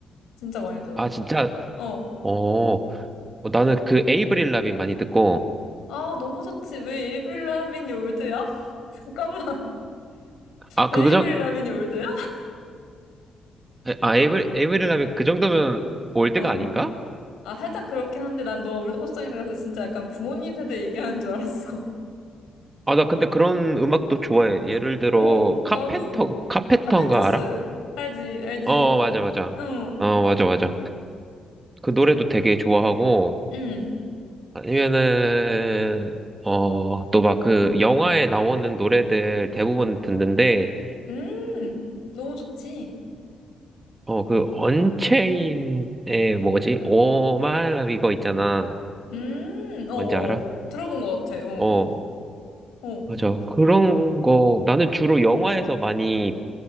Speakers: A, on the left (about 80°); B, on the right (about 20°).
A: 진짜 많이 들어.
B: 아, 진짜,
A: 어.
B: 어, 어, 나는 그 에이브릴 라빈 많이 듣고,
A: 아, 너무 좋지. 왜 에이브릴 라빈이 올드야? <laughs> 잠깐만.
B: 아,
A: 에이브릴
B: 그, 정,
A: 라빈이 올드야?
B: 아, 에이브릴, 에이브릴 라빈 그 정도면 올드가
A: 어.
B: 아닌가?
A: 아, 살짝 그렇긴 한데 난 너 올드 팝송이라 서 진짜 약간 부모님 세대 얘기하는 줄 알았어.
B: 아, 나 근데 그런 음악도 좋아해. 예를
A: <laughs>
B: 들어,
A: 오,
B: 카펜터,
A: 나도.
B: 카페터인가
A: 카펜터스.
B: 알아?
A: 알지, 알지.
B: 어, 맞아, 맞아.
A: 응.
B: 어, 맞아, 맞아. 그 노래도 되게 좋아하고,
A: 응.
B: 아니면은, 어, 또 막 그 영화에 나오는 노래들 대부분 듣는데,
A: 음. 너무 좋지.
B: 어, 그 언체인의 뭐지? 오 마이 라 이거 있잖아.
A: 음, 어어.
B: 뭔지 알아?
A: 들어본 것 같아, 어.
B: 어,
A: 어.
B: 맞아. 그런 거, 나는 주로 영화에서 많이